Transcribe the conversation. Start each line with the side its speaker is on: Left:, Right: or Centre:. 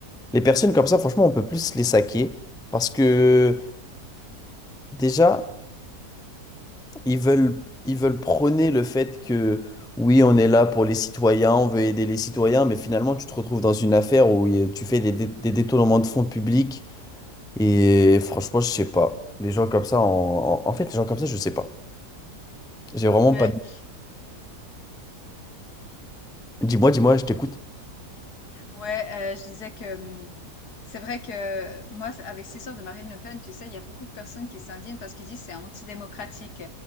Centre: Les personnes comme ça, franchement, on peut plus les saquer parce que déjà, ils veulent, ils veulent prôner le fait que oui, on est là pour les citoyens, on veut aider les citoyens, mais finalement, tu te retrouves dans une affaire où il y a- tu fais des, dé- des détournements de fonds publics et franchement, je sais pas. Les gens comme ça, en, en en fait, les gens comme ça, je sais pas. J'ai vraiment
Left: Ouais,
Centre: pas. de- Dis-moi, dis-moi, je t'écoute.
Left: ouais, euh, je disais que hum, c'est vrai que moi, c'est- avec cette histoire de Marine Le Pen, tu sais, il y a beaucoup de personnes qui s'indignent parce qu'ils disent c'est antidémocratique.